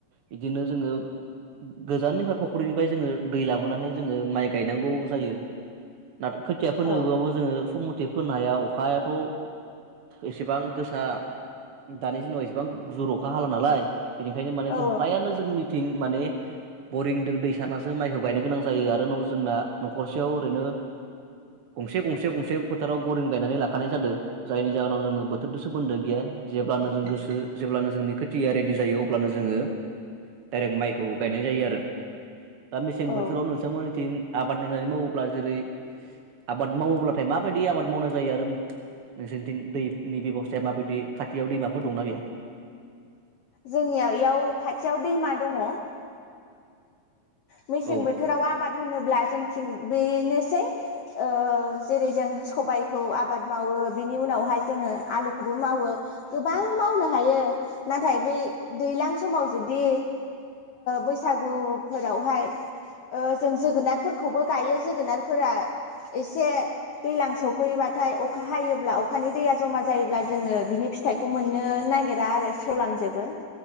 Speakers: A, on the right; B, on the left.
A: बिदिनो जोङो गोजाननिफ्राय फख्रिनिफ्राय जोङो दै लाबोनानै जोङो माइ गायनांगौ जायो। नाथ खोथिया फनोबोबाबो
B: औ
A: जोङो सम मथे फोनो हाया अखायाथ' एसेबां गोसा दानि दिनाव एसेबां जुर अखा हाला नालाय। बिनिखायनो माने
B: औ
A: जों हायानो जोंनि थिं माने बरिंजों दै सारनासो माइखौ गायनो गोनां जायो आरो जोंना नखरसेयाव ओरैनो गंसे गंसे गंसे फोथाराव बरिं गायनानै लाखानाय जादों जायनि जाहोनाव जोङो बोथोरजों सोमोन्दो गैया जेब्लानो जों गोसो जेब्लानो जोंनि खोथिया रेडि जायो अब्लानो जोङो डाइरेक्ट माइखौ गायनाय जायो आरो दा मेसें
B: औ
A: बोथोराव नोंथांमोननिथिं आबाद मावनानै मावोब्ला जेरै आबाद मावोब्लाथाय माबायदि आबाद मावनाय जायो आरो नोंसोरनिथिं दैनि बेबस्थाया माबायदि खाथियाव दैमाफोर दंनाा गैया?
B: जोंनिया एयाव खाथियाव दैमा दङ। मेसें
A: औ
B: बोथोराव आबाद होनोब्ला जोंथि बेनोसै ओ जेरै जों सबाय खौ आबाद मावो बिनि उनावहाय जोङो आलुखौबो मावो गोबां मावनो हायो नाथाय बै दैज्लां समाव जुदि बैसागु फोर रावहाय जों जोगोनारफोरखौबो गायो जोगोनारफोरा एसे दैज्लां सफैबाथाय अखा हायोब्ला अखानि दैया जमा जायोब्ला जोङो बिनि फिथाइखौ मोननो नागिरा आरो सेवलांजोबो।